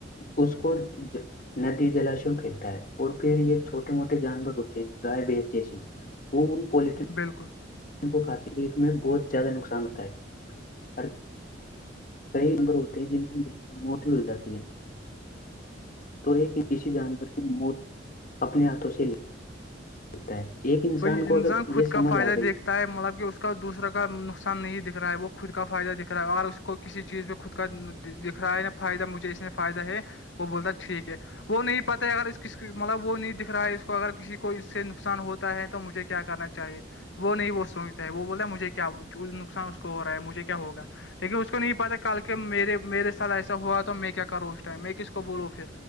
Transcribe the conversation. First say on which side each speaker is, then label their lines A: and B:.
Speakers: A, on the left; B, on the left.
A: اس کو ندی جلاشم پھینکتا ہے اور پھر یہ <inaudible> <inaudible> چھٹے موٹے جان بور ہوتے گائے بج جسے وہ ان پول
B: بالکل
A: ان کو کھاتے رٹ میں بہت زیادہ نقصان ہوتا ہے اور کئی لر ہوتے ہیں جن کی موت بھی ہو جاتی ہے <inaudible> تو ایک کسی جانور کی موت اپنے ہاتھوں سے ل لتا ہے ایک انسان
B: کوئی
A: کو اگر
B: خود
A: یہ سمجھ
B: کا فائدہ
A: آ گئی
B: دیکھتا ہے مطلب کہ اس کا دوسرا کا نقصان نہیں دکھ رہا ہے وہ خود کا فائدہ دکھ رہا ہے اور اس کو کسی چیز پہ خود کا دکھ رہا ہے نا فائدہ مجھے اس نے فائدہ ہے وہ بولتا ہے ٹھیک ہے وہ نہیں پتاہ اگر اس ک مطلب وہ نہیں دکھ رہا ہے اس کو اگر کسی کو اس سے نقصان ہے تو مجھے کیا کرنا چاہیے وہ نہیں وہ سوچتا ہے وہ بولتا ہے مجھے کیا نقصان اس کو ہو رہا ہے مجھے کیا ہوگا لیکن اس کو نہیں پتا کل کے میرے میرے سات ایسا ہوا تو میں کیا کروں اس ٹائم میں کس کو بولوں پھر